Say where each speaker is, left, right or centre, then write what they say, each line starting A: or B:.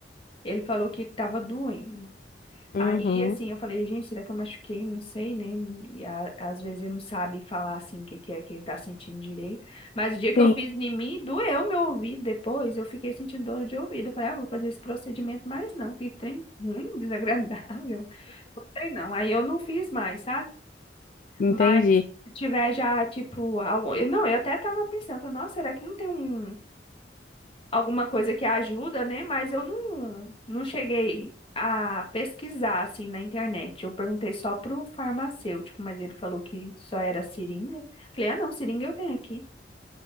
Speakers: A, on the left; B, on the left.
A: ele falou que tava doendo. Aí,
B: Uhum.
A: assim, eu falei, gente, será que eu machuquei? Não sei, né? E a- às vezes ele não sabe falar, assim, o que, que é que ele tá sentindo direito. Mas o dia que
B: Sim,
A: eu fiz em mim, doeu meu ouvido depois. Eu fiquei sentindo dor de ouvido. Eu falei, ah, vou fazer esse procedimento mais não. Que trem ruim, <laughs> desagradável. Não sei não. Aí eu não fiz mais, sabe?
B: entendi.
A: Mas se tiver já, tipo, algo... eu- Não, eu até tava pensando, falei, nossa, será que não tem um alguma coisa que ajuda, né? Mas eu não, não cheguei a pesquisar assim na internet. Eu perguntei só pro farmacêutico, mas ele falou que só era seringa. Falei, ah, não, seringa eu tenho aqui.